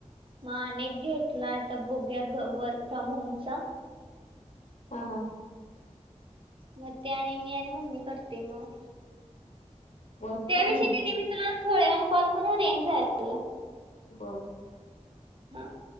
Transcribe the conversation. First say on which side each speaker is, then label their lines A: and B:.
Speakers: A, on the right; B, on the left.
A: मग अनेक घेतला आता! बघूया वर्क फ्रॉम होमचा!
B: आ! हा! हां! !
A: मग ते आणि मी आणि मम्मी करते मग!
B: वर्क
A: त्याविषयी
B: फ्रॉम होम
A: दीदी मी, तुला थोड्यान वेळानं कॉल करून रेंज जाती
B: बरं! !
A: हा! !